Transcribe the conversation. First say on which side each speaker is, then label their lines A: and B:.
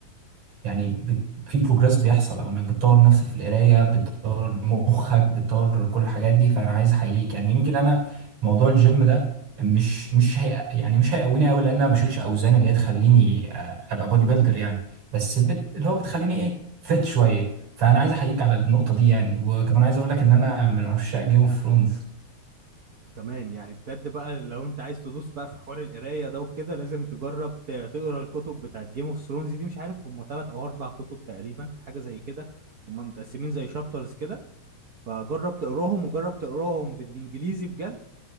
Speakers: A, on the right (about 70°); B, on the right (about 85°).
A: يعني بت- في بروجرس بيحصل او انك بتطور نفسك في القرايه بتطور مخك بتطور كل الحاجات دي فانا عايز احييك يعني يمكن انا موضوع الجيم ده مش مش هي يعني مش هيقويني قوي لان انا ما بشيلش اوزان اللي هي تخليني آه، ابقى بودي بيلدر يعني بس بت... اللي هو بتخليني ايه فت شويه فانا عايز احييك على النقطه دي يعني وكمان عايز اقول لك ان انا من عشاق جيم اوف ثرونز
B: كمان يعني بجد بقى لو انت عايز تدوس بقى في حوار القرايه ده وكده لازم تجرب ت- تقرا الكتب بتاعت جيم اوف ثرونز دي مش عارف هم ثلاث او اربع كتب تقريبا حاجه زي كده هم متقسمين زي شابترز كده فجرب تقراهم وجرب تقراهم بالانجليزي بجد